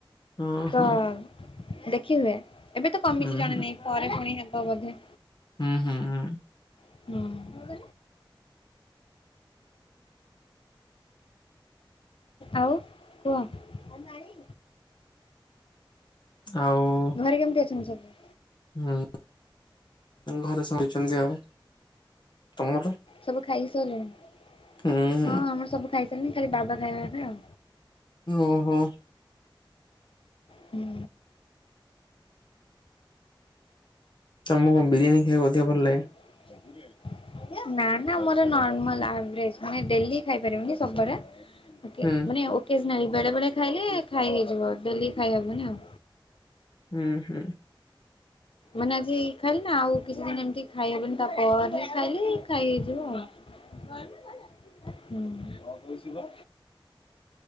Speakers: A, on the left (about 60°); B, on the left (about 85°).
A: ଓହୋ
B: ତ ଦେଖି ହୁଏ ଏବେ ତ କମିଛି
A: ହୁଁ
B: ଜଣା
A: ହୁଁ
B: ନାଇଁ ପରେ ପୁଣି ହେବ ବୋଧେ
A: ହୁଁ ହୁଁ ହୁଁ
B: ହୁଁ ଆଉ କୁହ ଆଉ ନାହିଁ
A: ଆଉ
B: ଘରେ କେମିତି ଅଛନ୍ତି ସବୁ?
A: ହଁ ଘରେ ଶୋଇଛନ୍ତି ଆଉ ତମର?
B: ସବୁ ଖାଇକି ସୋଇଲେଣି?
A: ହୁଁ ହୁଁ
B: ହଁ ଆମର ସବୁ ଖାଇସାରିଲେଣି ଖାଲି ବାବା ଖାଇବେ ଏବେ ଆଉ
A: ଓହୋ
B: ହୁଁ
A: ତମକୁ କଣ ବିରିୟାନୀ ଖାଇବା କୁ ଅଧିକ ଭଲ ଲାଗେ
B: <unintelligible> ନା ନା ମୋର ନର୍ମାଲ ଆଭ୍ରେଜ ଡେଲି ଖାଇପାରିବିନି ସବୁବାରେ
A: ହୁଁ
B: ମାନେ ଓକେଜନାଲି ବେଳେ ବେଳେ ଖାଇଲେ ଖାଇହେଇଯିବ ଡେଲି ଖାଇହବନି ଆଉ
A: ହୁଁ ହୁଁ
B: ମାନେ ଆଜି ଖାଇଲି ନା ଆଉ କିଛି ଦିନି ଏମତି ଖାଇହବନି ତାପରେ ଖାଇଲି ଖାଇ ହେଇଯିବ ଆଉ ହୁଁ କଣ କୋଉଥିଲ?